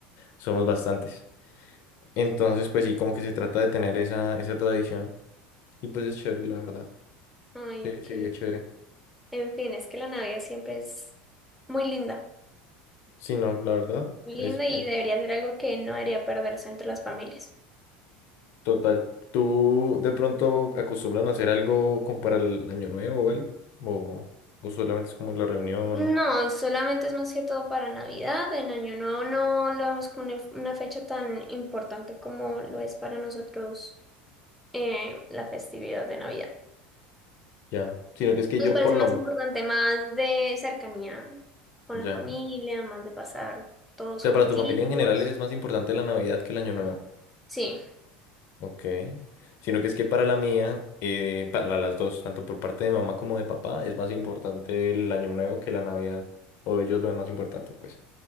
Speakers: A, on the left (about 60°); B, in the centre.
A: somos bastantes. Entonces, pues sí, como que se trata de tener esa, esa tradición y pues es chévere, la verdad.
B: Ay,
A: Sí,
B: ok.
A: sí, es chévere.
B: En fin, es que la Navidad siempre es muy linda.
A: Sí, no, la verdad,
B: Muy
A: es,
B: linda y
A: es
B: debería ser algo que no debería perderse entre las familias.
A: total. ¿Tú de pronto acostumbran a hacer algo como para el año nuevo o algo? ¿O, o solamente es como la reunión?
B: No, solamente es más que todo para Navidad. En Año Nuevo no lo vemos como una, una fecha tan importante como lo es para nosotros eh, la festividad de Navidad.
A: Ya, sino que es que
B: Nos
A: yo
B: parece
A: por lo...
B: más importante, más de cercanía con
A: Ya.
B: la familia, más de pasar todos
A: O sea,
B: juntitos.
A: para tu familia en general es más importante la Navidad que el Año Nuevo.
B: Sí.
A: Ok. Sino que es que para la mía, eh, para las dos, tanto por parte de mamá como de papá, es más importante el Año Nuevo que la Navidad. O ellos lo ven más importante, pues.